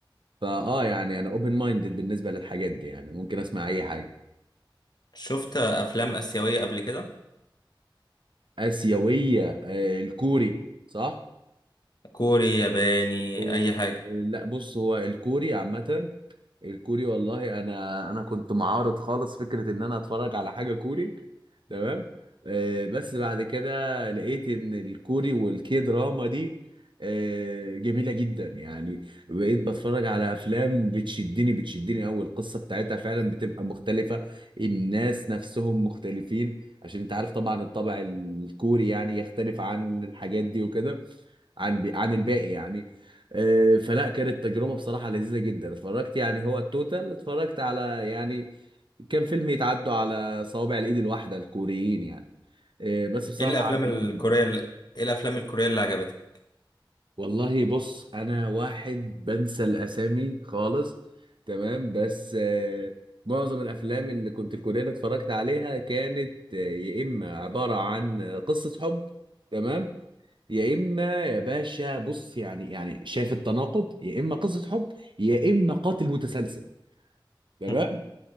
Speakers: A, on the right; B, on the left.
A: فاه يعني انا اوبن مايندد بالنسبه للحاجات دي يعني ممكن اسمع اي حاجه
B: شفت افلام اسيوية قبل كده
A: اسيويه آه، الكوري صح
B: كوري ياباني
A: إيه
B: اي حاجة
A: لا بص هو الكوري عامه الكوري والله انا انا كنت معارض خالص فكره ان انا اتفرج على حاجه كوري تمام آه، بس بعد كده لقيت ان الكوري والكي دراما دي آه، جميله جدا يعني بقيت بتفرج على افلام بتشدني بتشدني قوي القصه بتاعتها فعلا بتبقى مختلفه الناس نفسهم مختلفين عشان انت عارف طبعا الطبع الكوري يعني يختلف عن الحاجات دي وكده عن عن الباقي يعني آه، فلا كانت تجربة بصراحة لذيذة جدا اتفرجت يعني هو التوتال اتفرجت على يعني كان فيلم يتعدوا على صوابع الايد الواحدة الكوريين يعني آه، بس بصراحة
B: ايه الافلام
A: عجبني
B: الكورية
A: جدا
B: اللي... ايه الافلام الكورية اللي عجبتك
A: والله بص انا واحد بنسى الاسامي خالص تمام بس آه، معظم الافلام اللي كنت الكورية اللي اتفرجت عليها كانت آه، يا اما عبارة عن قصة حب تمام يا اما يا باشا بص يعني يعني شايف التناقض يا اما قصه حب يا اما قاتل متسلسل تمام
B: <laughs> ايه